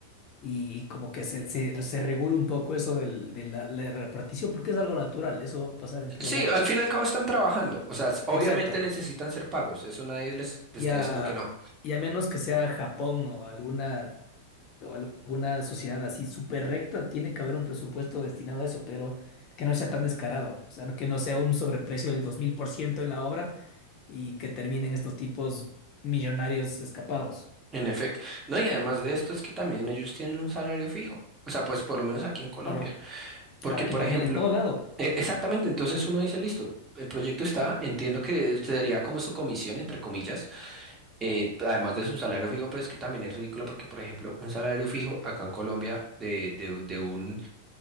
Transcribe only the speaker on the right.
Sí,
al fin y al cabo están trabajando, o sea, s- obviamente
necesitan ser pagos, eso nadie les les
está
diciendo que no.
En efecto, no, y además de esto es que también ellos tienen un salario fijo, o sea, pues por lo menos aquí en Colombia.
Porque,
por
ejemplo,
E- Exactamente, entonces uno dice, listo, el proyecto está, entiendo que usted daría como su comisión, entre comillas, eh, además de su salario fijo, pero es que también es ridículo porque, por ejemplo, un salario fijo acá en Colombia de, de, de un,